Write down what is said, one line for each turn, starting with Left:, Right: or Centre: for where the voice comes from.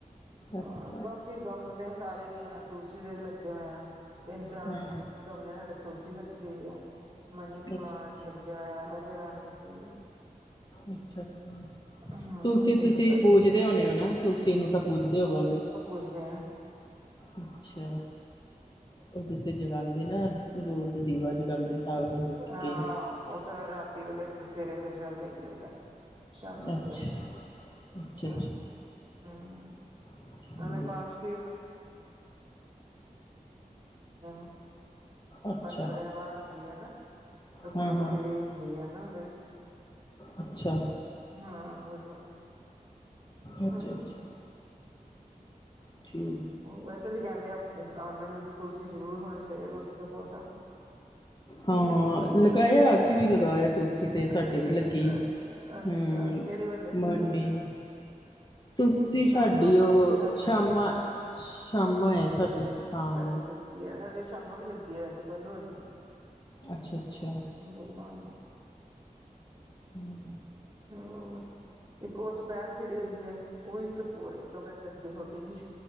Right: ਹਾਂ
Left: ਅੱਛਾ
Right: ਬਾਕੀ ਗਮਲੇ ਸਾਰੇ ਈ ਐ ਤੁਲਸੀ ਦੇ ਵੀ ਲੱਗੇ ਹੋਏ ਆ ਤਿੰਨ- ਚਾਰ
Left: ਹਾਂ
Right: ਗਮਲਿਆਂ 'ਚ ਸਾਡੇ ਤੁਲਸੀ ਲੱਗੀ ਹੋਈ ਐ, ਮਨੀ
Left: ਅੱਛਾ
Right: ਪਲਾਂਟ
Left: ਅੱਛਾ
Right: ਲੱਗਿਆ ਹੋਇਆ, ਐਲੋਵੇਰਾ ਲੱਗੀ ਹੋਈ ਐ।
Left: ਅੱਛਾ- ਅੱਛਾ।
Right: ਹਾਂ
Left: ਤੁਲਸੀ
Right: ਕਿੰਨੇ
Left: ਤੁਸੀਂ
Right: ਸਾਰੇ
Left: ਪੂਜਦੇ ਹੋਣੇ ਓ ਨਾ, ਤੁਲਸੀ ਨੂੰ ਤਾਂ ਪੂਜਦੇ ਹੋਵੋਗੇ।
Right: ਪੂਜਦੇ ਆਂ।
Left: ਅੱਛਾ ਓਦੇ ਤੇ ਜਗਾਂਦੇ ਨਾ ਰੋਜ਼ ਦੀਵਾ ਜਗਾਂਦੇ। ਸਾਰੇ ਲੋਕੀ
Right: ਹਾਂ
Left: ਕਈ
Right: ਓ ਤਾਂ ਰਾਤੀ ਵੇਲੇ ਤੇ ਸਵੇਰੇ ਵੇਲੇ ਜਲਦਾ ਈ ਜਲਦਾ। ਸ਼ਾਮੀਂ-
Left: ਅੱਛਾ
Right: ਸਵੇਰੇ
Left: ਅੱਛਾ
Right: ਹਾਂਜੀ। ਹੂੰਅ
Left: ਅੱਛਾ
Right: ਨਾਲੇ
Left: ਠੀਕ
Right: ਕਾਸ਼ <unintelligible>
Left: ਅੱਛਾ
Right: ਪੰਦਰਾਂ ਦਿਨਾਂ ਬਾਦ ਆਂਦੀ ਐ ਨਾ। ਤੇ
Left: ਹਾਂ
Right: ਤੁਲਸੀ
Left: ਹਾਂ
Right: ਵੀ ਹੁੰਦੀ ਆ ਨਾ ਓਦੇ ਵਿੱਚ।
Left: ਅੱਛਾ
Right: ਹਾਂ ਬੂਜਾ ਹੂੰਅ।
Left: ਅੱਛਾ ਅੱਛਾ ਠੀਕ।
Right: ਵੈਸੇ ਵੀ ਕੈਂਦੇ ਆ ਆਂਗਣ ਵਿੱਚ ਤੁਲਸੀ ਜ਼ਰੂਰ ਹੋਣੇ ਚਾਈਦੇ, ਆ ਤੁਲਸੀ ਦਾ ਪੌਦਾ।
Left: ਹਾਂ
Right: ਹਮ
Left: ਲਗਾਇਆ ਅਸੀਂ ਵੀ ਲਗਾਇਆ, ਤੁਲ ਤੁੁਲਸੀ ਤੇ ਸਾਡੇ
Right: ਅੱਛਾ
Left: ਵੀ ਲੱਗੀਵ
Right: ਅੱਛਾ ਅੱਛਾ
Left: ਹੂੰ
Right: ਕਿਹੜੀ ਵੱਲ ਲੱਗੀ
Left: ਮੋਰਨਿੰਗ
Right: ਹੋਈ ਆ
Left: ਤੁਸੀਂ
Right: ਸ਼ਾਮਾ
Left: ਸਾਡੀ
Right: ਤੁਲਸੀ
Left: ਓ
Right: ਰਾਮਾ
Left: ਸ਼ਾਮਾ,
Right: ਤੁਲਸੀ
Left: ਸ਼ਾਮਾ ਆ ਸਾਡੀ ਹਾਂ।
Right: ਸਾਡੇ ਸਾਡੇ ਸ਼ਾਮਾਂ ਵੀ ਲੱਗੀ ਐ, ਅਸੀ ਦੋਨੋ ਲੱਗੀਆਂ।
Left: ਅੱਛਾ-ਅੱਛਾ।
Right: ਜਦੋ ਮੈਂ
Left: ਹਮ
Right: ਹੋਰ, ਇੱਕ ਓ ਦਪੈਰ ਖਿੱੜੀ ਹੁੰਦੀ ਆ। ਵੋਈ ਤੋਂ ਇੱਕ ਕਮਰੇ 'ਚ ਲੱਗੀ ਏ ਛੋਟੀ ਜੀ।